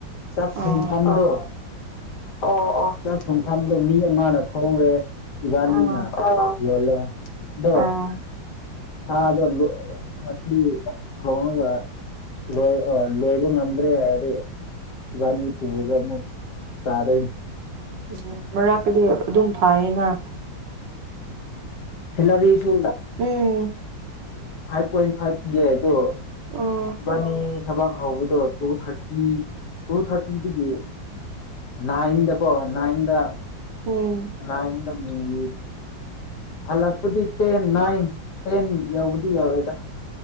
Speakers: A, on the left; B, on the right.
A: ꯆꯥꯛꯐꯝꯗꯣ
B: ꯑꯣ
A: ꯑꯣ ꯊꯨꯡꯐꯝꯗ ꯃꯤ ꯑꯃꯅ ꯊꯣꯡꯔꯦ ꯏꯕꯥꯅꯤꯅ
B: ꯑꯥ
A: ꯌꯣꯜꯂꯦ ꯑꯣ
B: ꯑꯥ
A: ꯁꯥꯗ ꯃꯁꯂꯤ ꯊꯣꯡꯉꯒ ꯂꯣꯏ ꯂꯣꯏꯕ ꯉ ꯭ꯔꯦ ꯍꯥꯏꯔꯦ ꯏꯅꯤ ꯄꯒꯝꯕ ꯁꯥꯗ
B: ꯎꯝ ꯃꯔꯥꯛꯛꯇꯗꯤ ꯑꯗꯨꯝ ꯐꯌꯦꯅ
A: ꯍꯂꯗꯤꯁꯨ
B: ꯎꯝ
A: ꯐꯥꯏꯚ ꯄꯣꯏꯟ ꯐꯥꯏꯚ ꯄꯤꯌꯦ ꯑꯗꯣ
B: ꯑꯣ
A: ꯕꯥꯅꯤ ꯊꯕꯛ ꯍꯧꯕꯗꯣ ꯇꯨ ꯊꯔꯇꯤ ꯇꯨ ꯊꯔꯇꯤꯗꯒꯤ ꯅꯥꯏꯟꯗꯀꯣ ꯅꯥꯏꯟꯗ
B: ꯎꯝ
A: ꯅꯥꯏꯟꯗ꯫ <unintelligible> ꯍꯜꯂꯛꯄꯗꯤ ꯇꯦꯟ ꯅꯥꯏꯟ ꯇꯦꯟ ꯌꯥꯎꯗꯤ ꯌꯥꯎꯋꯦꯗ꯫